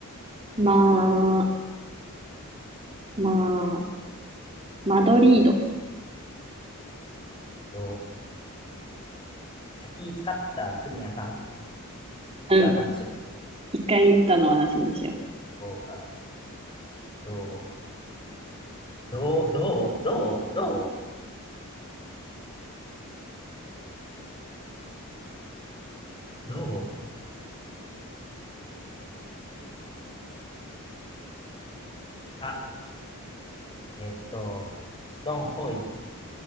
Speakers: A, on the right; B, on the left.
A: まあ、まあ、マドリード。
B: どう先使った国あかん。一はあかんにしよう。
A: うん。一回言ったのはなしにしよ
B: どうか。どう、どう、どう、どう、どう、どう、どう、あ、えっと、ドンホイ。